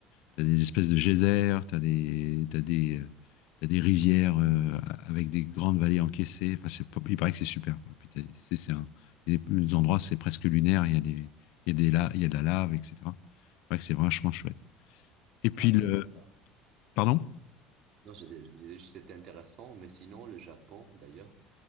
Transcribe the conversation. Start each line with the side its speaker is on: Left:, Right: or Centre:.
Left: t'as des espèces de geysers, tu as des, t'as des, euh, t'as des rivières euh, avec des grandes vallées encaissées. Enfin, c'est pas- il paraît que c'est super. quoi. Puis t'as- c'est, c'est un, il y a des endroits, c'est presque lunaire. Il y a des, il y a des la- il y a de la lave, etc. C'est vrai que c'est vachement chouette. Et puis,
Right: Ah, c'est
Left: le,
Right: intéressant.
Left: pardon?
Right: Non, je, je disais juste que c'était intéressant, mais sinon, le Japon, d'ailleurs.